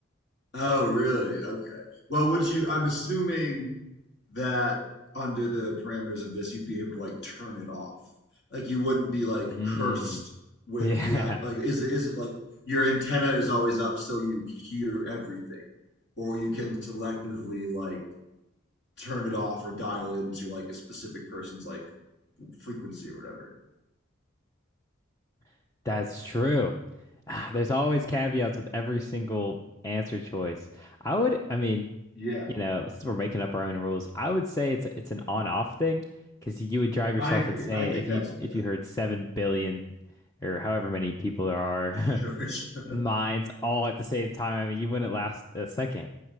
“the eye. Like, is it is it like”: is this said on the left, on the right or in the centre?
Left